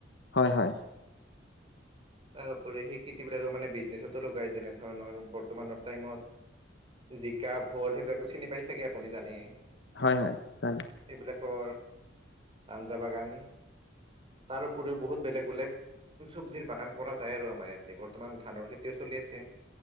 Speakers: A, on the left; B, on the right.
A: হয় হয়।
B: তাৰো উপৰি সেই খেতিবিলাকৰ মানে বিজনেচতো লগায় যেনে ধৰণৰ বৰ্তমানৰ টাইমত জিকা ভোল সেইবিলাকো চিনি পাই চাগে আপুনি জানেই।
A: হয় হয় জানো।
B: সেইবিলাকৰ আঞ্জা বাগান তাৰ উপৰিও বহুত বেলেগ বেলেগ চব্জিৰ বাগান কৰা যায় আৰু আমাৰ ইয়াতে, বৰ্তমান ধানৰ খেতিও চলি আছে।